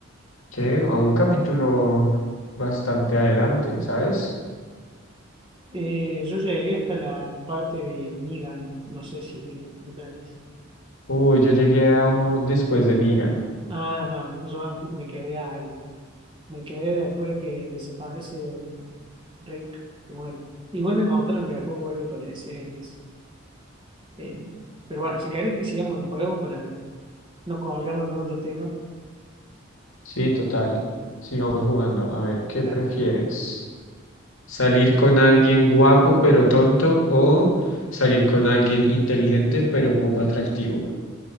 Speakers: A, on the left (about 85°); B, on the right (about 25°).
A: ¿qué? A un capítulo bastante adelante, ¿sabes?
B: Eh, yo llegué hasta la parte de Negan, no sé si lo, lo tenés.
A: Uy, yo llegué a un, después de Negan.
B: Ah, no, no, yo me quedé ahí. Me quedé después de que desaparece Rick, que muere. Igual me contaron que después vuelve a aparecer. y es, eh, pero bueno, si querés que sigamos con el juego para no colgarnos con otro tema.
A: Sí, total. Sigamos jugando. A ver, ¿qué
B: Dale.
A: prefieres? ¿Salir con alguien guapo pero tonto o salir con alguien inteligente pero poco atractivo?